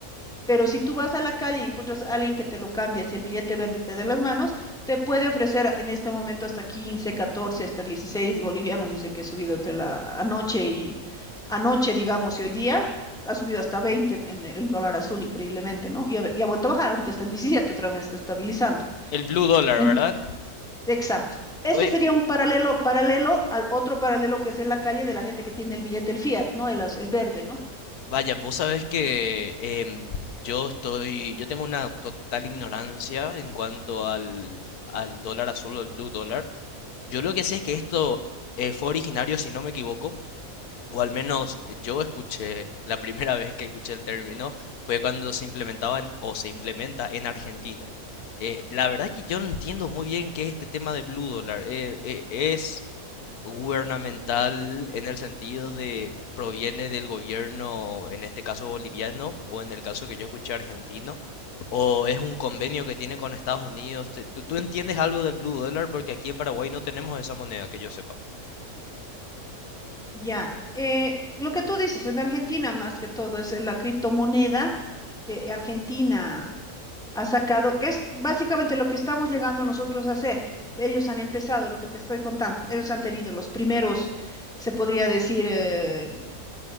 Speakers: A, in the centre; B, on the left.
A: Pero si tú vas a la calle y encuentras a alguien que te lo cambia, si el billete verde te de las manos, te puede ofrecer en este momento hasta 15, 14, hasta 16 bolivianos, dice que ha subido entre la anoche y anoche, digamos, y hoy día ha subido hasta 20 en el dólar azul, increíblemente, ¿no? Y ha, y ha vuelto a bajar, ahorita está en 17, otra vez está estabilizando.
B: El blue dólar,
A: En-
B: ¿verdad?
A: Ujú. exacto. Este
B: Oye,
A: sería un paralelo, paralelo al otro paralelo que es en la calle de la gente que tiene el billete, el fiat, ¿no? El, az- el verde, ¿no?
B: vaya, vos sabés que em, yo estoy, yo tengo una total ignorancia en cuanto al, al dólar azul o el blue dólar. Yo lo que sé es que esto eh, fue originario, si no me equivoco, O al menos yo escuché, la primera <laughs> vez que escuché el término fue cuando se implementaba en- o se implementa en Argentina. Eh, la verdad es que yo no entiendo muy bien qué es este tema de Blue Dollar. Eh, eh, es gubernamental en el sentido de proviene del gobierno, en este caso boliviano, o en el caso que yo escuché argentino, o es un convenio que tiene con Estados Unidos. Te- ¿Tú, tú entiendes algo del Blue Dollar? Porque aquí en Paraguay no tenemos esa moneda, que yo sepa.
A: Ya, eh, lo que tú dices, en Argentina más que todo es eh, la criptomoneda que Argentina ha sacado, que es básicamente lo que estamos llegando nosotros a hacer. Ellos han empezado lo que te estoy contando. Ellos han tenido los primeros, se podría decir, eh,